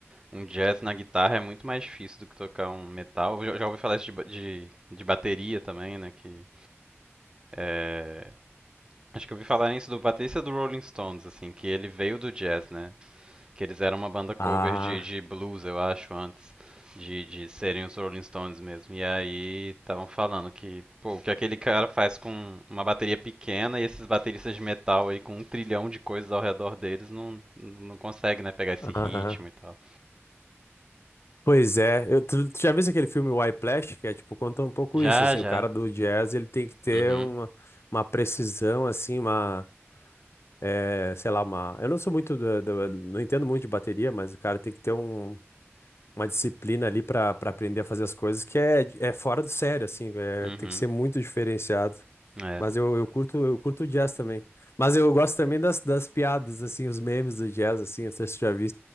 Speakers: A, on the right; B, on the left.
A: Um jazz na guitarra é muito mais difícil do que tocar um metal. Eu já, já ouvi falar isso de, ba- de, de bateria também, né? Que, é, Acho que eu ouvi falar isso do baterista do Rolling Stones, assim, que ele veio do jazz, né? Que eles eram uma banda cover
B: Ah,
A: de, de blues, eu acho, antes de, de serem os Rolling Stones mesmo. E aí estavam falando que, pô, o que aquele cara faz com uma bateria pequena e esses bateristas de metal aí com um trilhão de coisas ao redor deles não, não consegue, né, pegar esse
B: aham.
A: ritmo e tal.
B: Pois é, eu, tu, tu já viu aquele filme Whiplash, que é tipo, conta um pouco
A: Já,
B: isso, assim,
A: já.
B: o cara do jazz, ele tem que ter
A: Uhum.
B: uma, uma precisão, assim, uma, é, sei lá, uma, eu não sou muito, do, do- não entendo muito de bateria, mas o cara tem que ter um, uma disciplina ali pra, pra aprender a fazer as coisas, que é, é fora do sério, assim, é,
A: Uhum.
B: tem que ser muito diferenciado,
A: É.
B: mas eu, eu curto, eu curto o jazz também, mas eu gosto também das, das piadas, assim, os memes do jazz, assim, não sei se tu já viu